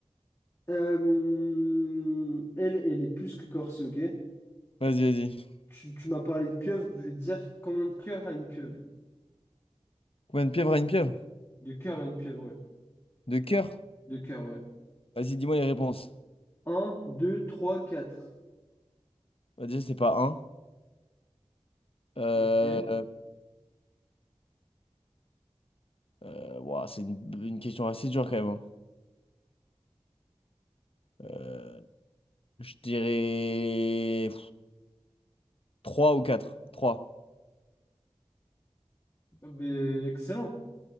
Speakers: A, on the left; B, on the left.
A: Euh, elle, elle est plus que corsée, ok?
B: Vas-y, vas-y.
A: Tu, tu m'as parlé de pieuvre, je vais te dire combien de cœurs a une pieuvre?
B: Combien de pieuvres a une pieuvre?
A: De cœur à une pieuvre, ouais.
B: De cœur?
A: De cœur, ouais.
B: Vas-y, dis-moi les réponses.
A: un deux trois quatre
B: Bah, déjà, c'est pas un Euh...
A: Ok.
B: euh, ouah, c'est une, une question assez dure quand même. hein. Euh, Je dirais 3 ou quatre trois
A: Ah, Mais excellent.